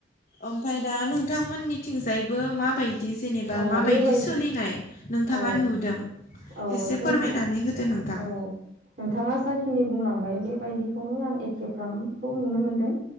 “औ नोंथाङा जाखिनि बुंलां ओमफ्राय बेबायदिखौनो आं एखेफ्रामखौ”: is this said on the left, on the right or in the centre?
Right